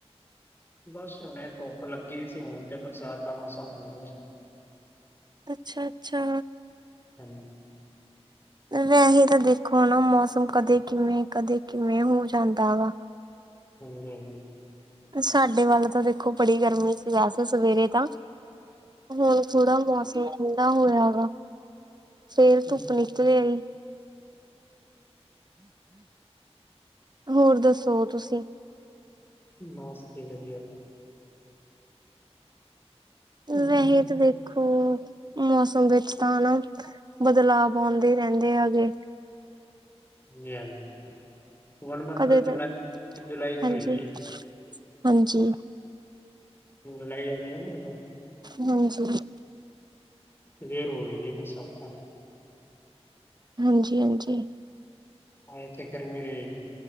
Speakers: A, on the left; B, on the right.
A: ਬਸ ਹੁਣੇ ਧੁੱਪ ਲੱਗੀ ਸੀ, ਹੁਣ ਤੇ ਬਰਸਾਤ ਦਾ ਮੌਸਮ ਹੋ ਗਿਆ।
B: ਅੱਛਾ, ਅੱਛਾ।
A: ਹਮ <unintelligible>
B: ਵੈਸੇ ਤਾਂ ਦੇਖੋ ਨਾ ਮੌਸਮ ਕਦੇ ਕਿਵੇਂ, ਕਦੇ ਕਿਵੇਂ ਹੋ ਜਾਂਦਾ ਵਾ।
A: ਹਾਂਜੀ, ਹਾਂਜੀ।
B: ਸਾਡੇ ਵੱਲ ਤਾਂ ਦੇਖੋ, ਬੜੀ ਗਰਮੀ ਸੀ ਵੈਸੇ ਸਵੇਰੇ ਤਾਂ ਹੁਣ ਥੋੜਾ ਮੌਸਮ ਠੰਡਾ ਹੋਇਆ ਵਾ। ਫੇਰ
A: ਅੱਛਾ,
B: ਧੁੱਪ ਨਿਕਲੇ ਆਈ। ਹੋਰ ਦੱਸੋ ਤੁਸੀਂ?
A: ਬਸ ਠੀਕ ਹੈ, ਵਧੀਆ ਜੀ। ਹੂੰ,
B: ਵੈਹੇ ਤਾਂ ਦੇਖੋ ਖੋ ਮੌਸਮ ਵਿੱਚ ਤਾਂ ਹਨਾ, ਬਦਲਾਵ ਆਉਂਦੇ ਰਹਿੰਦੇ ਹੈਗੇ।
A: <unintelligible> ਹਾਂਜੀ ਹੁਣ ਮਤਲਬ
B: ਕਦੇ ਤਾਂ
A: ਜੁਲਾਈ, ਜੁਲਾਈ ਚ
B: ਹਾਂਜੀ
A: ਹੋਏਗੀ।
B: ਹਾਂਜੀ।
A: ਹੁਨ ਜੁਲਾਈ ਲਗੇਗੀ ਨਾ ਜਦੋਂ।
B: ਹਾਂਜੀ।
A: ਲੇਟ ਹੋ ਰੀ ਜੀ ਬਰਸਾਤਾਂ।
B: ਹਾਂਜੀ-ਹਾਂਜੀ।
A: ਅੱਜ ਤੇ ਗਰਮੀ ਰਹੇਗੀ।